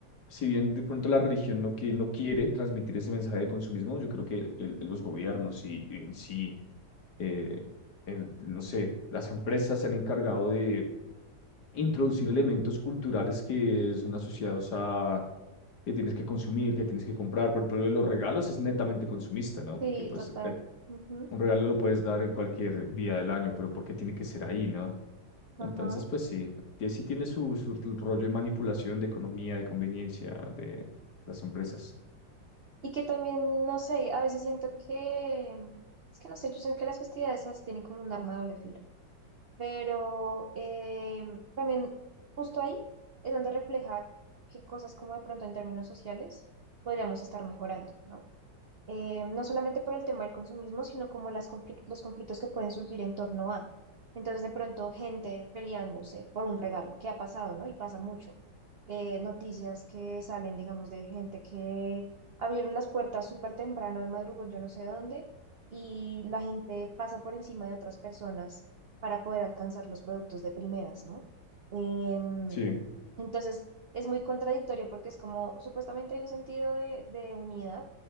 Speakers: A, on the left; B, on the right.
A: si bien de pronto la religión no, que, no quiere transmitir ese mensaje de consumismo, yo creo que el- los gobiernos y, y en sí, eh, el- no sé, las empresas se han encargado de introducir elementos culturales que son asociados a que tienes que consumir, que tienes que comprar. Por ejemplo, lo de los regalos es netamente consumista, ¿no? Porque
B: Sí,
A: pues
B: total.
A: eh,
B: Ujú,
A: un regalo lo puedes dar en cualquier día del año, pero ¿por qué tiene que ser ahí, no? Entonces,
B: Ajá.
A: pues sí, sí sí tiene su, su rollo de manipulación, de economía, de conveniencia, de las empresas.
B: Y que también, no sé, a veces siento que, es que no sé, yo siento que las festividades a veces tienen como un arma de doble filo, pero eh, también justo ahí es donde refleja qué cosas como de pronto en términos sociales podríamos estar mejorando, ¿no? eh, no solamente por el tema del consumismo, sino como las conflic- los conflictos que pueden surgir en torno a. Entonces, de pronto, gente peleándose por un regalo, que ha pasado, ¿no? Y pasa mucho. Eh, noticias que salen, digamos, de gente que abrieron las puertas súper temprano, de madrugón, yo no sé dónde, y la gente pasa por encima de otras personas para poder alcanzar los productos de primeras, ¿no? Em,
A: Sí,
B: entonces, es muy contradictorio porque es como, supuestamente hay un sentido de, de unidad,